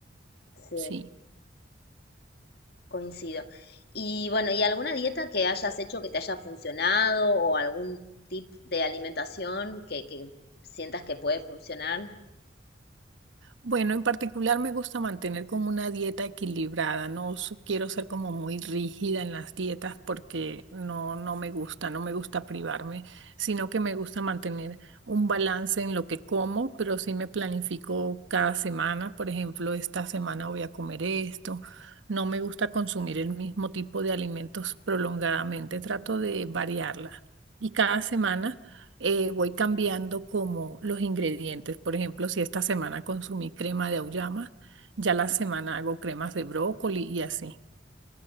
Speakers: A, on the left; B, on the right.
A: Sí,
B: sí.
A: coincido. Y bueno, ¿y alguna dieta que hayas hecho que te haya funcionado o algún tip de alimentación que, que sientas que puede funcionar?
B: Bueno, en particular me gusta mantener como una dieta equilibrada, no su- quiero ser como muy rígida en las dietas porque no, no me gusta, no me gusta privarme, sino que me gusta mantener un balance en lo que como, pero sí me planifico cada semana, por ejemplo, esta semana voy a comer esto, no me gusta consumir el mismo tipo de alimentos prolongadamente, trato de variarla. Y cada semana eh, voy cambiando como los ingredientes. Por ejemplo, si esta semana consumí crema de auyama, ya la semana hago cremas de brócoli y así.